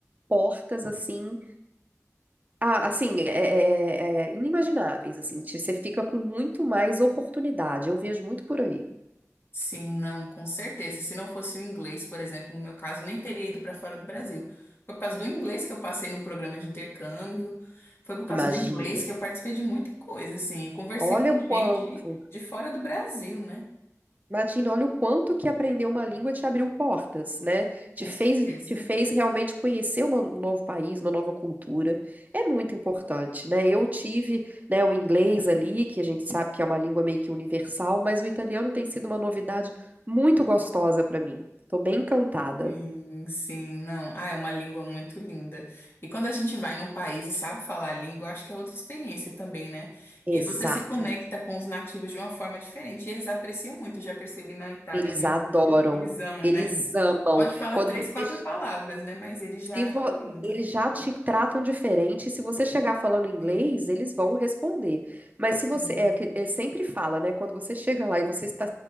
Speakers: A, on the right; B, on the left.
A: portas assim. Ah, assim, é, é- é inimagináveis, assim, te- você fica com muito mais oportunidade, eu vejo muito por aí.
B: Sim, não, com certeza. Se não fosse o inglês, por exemplo, no meu caso, eu nem teria ido para fora do Brasil. Foi por causa do inglês que eu passei no programa de intercâmbio, foi por causa
A: Imagina,
B: do inglês que eu participei de muita coisa, assim, e conversei
A: olha
B: com
A: o quanto,
B: gente de fora do Brasil, né?
A: imagina, olha o quanto que aprender uma língua te abriu portas, né? Te
B: Com
A: fez,
B: certeza.
A: te fez realmente conhecer uma- um novo país, uma nova cultura, é muito importante, né? Eu tive, né, o inglês ali, que a gente sabe que é uma língua meio que universal, mas o italiano tem sido uma novidade muito gostosa para mim, tô bem encantada.
B: Sim, sim, não. Ah, é uma língua muito linda. E quando a gente vai num país e sabe falar a língua, acho que é outra experiência também, né?
A: Exato.
B: E você se conecta com os nativos de uma forma diferente. E eles apreciam muito, eu já percebi na Itália,
A: Eles
B: eu vi
A: adoram,
B: vídeos, que eles amam,
A: eles
B: né?
A: amam.
B: Pode falar
A: Quando
B: três,
A: você,
B: quatro palavras, né? Mas eles já
A: se vo-
B: acham lindo.
A: eles já te tratam diferente, se você chegar falando inglês,
B: Sim,
A: eles vão responder. Mas se você,
B: sim.
A: é, o que- é, sempre fala, né? Quando você chega lá e você está,